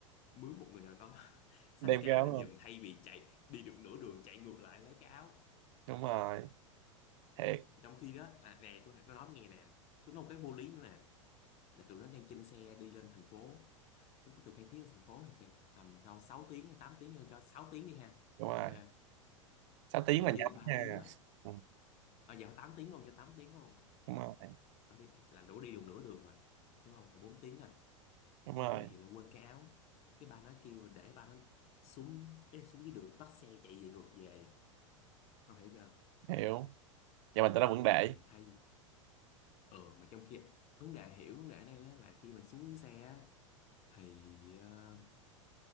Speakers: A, on the left; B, on the right.
A: mướn một người nào đó <laughs> xách
B: đem
A: cái
B: ra
A: áo lên
B: không
A: giùm thay vì chạy đi được nửa đường chạy ngược lại lấy cái áo
B: đúng rồi thiệt
A: trong khi đó là nè tôi nó nói nghe nè tôi nói một cái vô lý nữa nè là tụi nó đang trên xe đi lên thành phố lúc mà từ Phan Thiết lên thành phố thì sẽ tầm sau 6 tiếng hay tám tiếng cho 6 tiếng đi ha
B: đúng rồi
A: ok
B: sáu tiếng
A: tụi
B: là
A: nó
B: nhanh
A: đi được 3
B: nha
A: tiếng rồi
B: Ừ,
A: à, giờ 8 tiếng luôn cho 8 tiếng luôn
B: đúng rồi
A: nó đi là đủ đi được nửa đường rồi đúng không là 4 tiếng rồi
B: đúng
A: xong
B: rồi
A: phát hiện là quên cái áo cái ba nó kêu để ba nó xuống ý là xuống dưới đường bắt xe chạy về ngược về không hiểu chưa
B: hiểu vậy mà tao nó vẫn để
A: thì hay ờ mà trong khi vấn đề hiểu vấn đề này đó là khi mà xuống dưới xe á, thì ờ,